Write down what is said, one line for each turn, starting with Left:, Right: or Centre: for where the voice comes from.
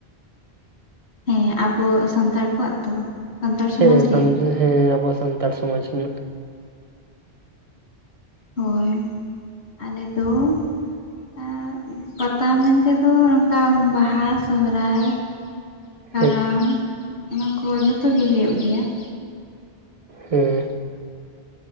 Left: ᱦᱮᱸ ᱟᱵᱚ ᱥᱟᱱᱛᱟᱲ ᱠᱚᱣᱟᱜ ᱛᱚ? ᱥᱟᱱᱛᱟᱲ
Right: ᱦᱮᱸ
Left: ᱥᱚᱢᱟᱡᱽ
Right: ᱥᱟᱱ
Left: ᱨᱮᱭᱟᱜ
Right: ᱦᱮᱸ ᱟᱵᱚ ᱥᱟᱱᱛᱟᱲ ᱥᱚᱢᱟᱡ ᱨᱮᱱᱟᱜ᱾
Left: ᱦᱳᱭ ᱟᱞᱮ ᱫᱚ ᱟᱨ ᱯᱟᱛᱟ ᱢᱮᱱᱛᱮᱫᱚ ᱱᱚᱝᱠᱟ ᱵᱟᱦᱟ ᱥᱚᱦᱨᱟᱭ
Right: <unintelligible>
Left: ᱠᱟᱨᱟᱢ ᱚᱱᱟ ᱠᱚ ᱡᱚᱛᱚ ᱜᱮ ᱦᱩᱭᱩᱜ ᱜᱮᱭᱟ ᱾
Right: ᱦᱩᱸ᱾